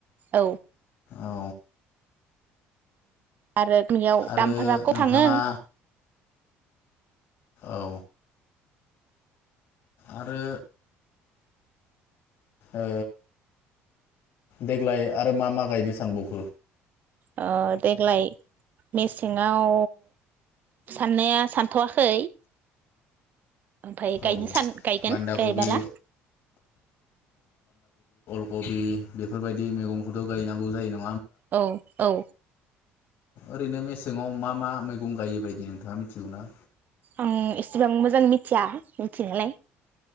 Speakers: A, on the right (about 40°); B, on the left (about 50°).
A: औ।
B: औ
A: आरो बेयाव
B: आरो
A: दामफोराखौ
B: नोंथाङा
A: थाङो
B: औ। आरो ओ देग्लाय आरो मा मा गायनो सानबाव
A: ओ देग्लाय मेसें आव साननाया सानथआखै ओमफाय
B: औ
A: गायनो सान गायगोन
B: बान्दा कबि
A: गायबाला
B: गबि बेफोरबायदि मैगंखौथ गायनांगौ जायो न
A: औ औ
B: ओरैनो मेसेङाव मा मा मैगं गायो बायदि नोंथाङा मिथिगो ना?
A: आं इसेबां मोजां मिथिया मिथिनायालाय